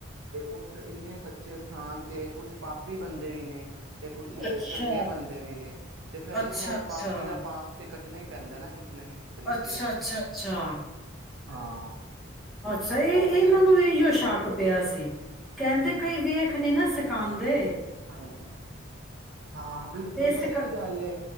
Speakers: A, on the right; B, in the centre.
A: ਉਥ ਇੰਨੇ ਸੱਚੇ ਸਥਾਨ ਤੇ ਕੁਛ ਪਾਪੀ ਬੰਦੇ ਵੀ ਨੇ ਤੇ ਕੁਛ
B: ਅੱਛਾ
A: ਚੰਗੇ ਬੰਦੇ ਵੀ ਨੇ ਤੇ ਫੇਰ
B: ਅੱਛਾ
A: ਦੇਖੋ
B: ਅੱਛਾ
A: ਪਾਪੀ ਦਾ ਪਾਪ ਤੇ ਕ ਨਹੀਂ ਪੈਂਦਾ ਨਾ ਕਿਸੇ ਨਾ ਕਿਸੇ ਤਰੀਕੇ
B: ਅੱਛਾ
A: ਨਾਲ
B: ਅੱਛਾ ਅੱਛਾ
A: ਹਾਂ
B: ਅੱਛਾ ਇਹ
A: ਉਹ
B: ਇਹਨਾਂ
A: ਫਿਰ
B: ਨੂੰ ਵੀ ਇਹੀਓ ਸ਼ੱਕ ਪਇਆ ਸੀ ਕਹਿੰਦੇ
A: ਹਾਂਜੀ
B: ਕਈ ਵੇਖਣੇ ਨਾ ਕਾਂਦੇ
A: ਹਾਂਜੀ ਹਾਂ ਬਿਲਕੁਲ
B: ਇਹ
A: ਪਤਾ
B: ਸਿਖਾ
A: ਕੀ ਗੱਲ ਐ